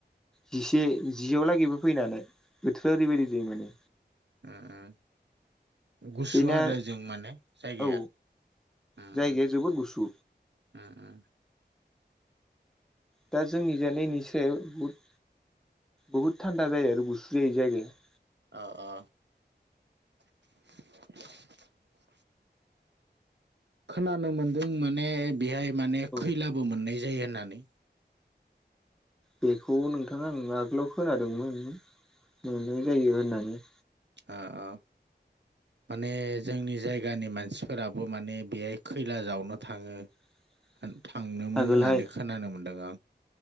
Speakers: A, in the centre; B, on the right.
A: जिसे जियाव लागैबो फैनो हानाय बोथोरा ओरैबायदि जायो माने
B: ओ ओ गुसु
A: बेना
B: आरो होजों माने जायगाया
A: औ
B: ओ
A: जायगाया
B: ओ
A: जोबोद गुसु
B: ओ ओ
A: दा जोंनि जानायनि सायाव बहुद बुहुद थान्दा जायो आरो गुसु जायो जायगाया
B: अ अ <unintelligible> खोनानो मोन्दों माने बेहाय माने
A: औ
B: खैलाबो मोननाय जायो होननानै
A: बेखौ नोंथाङा आं आगोलाव खोनादोंमोन मोननाय जायो होननानै
B: अ अ माने जोंनि जायगानि मानसिफोराबो माने बेहाय खैला जावनो थाङो।
A: <unintelligible>
B: थांनोमोन
A: आगोलहाय
B: होननानै खोनानो मोनदों आं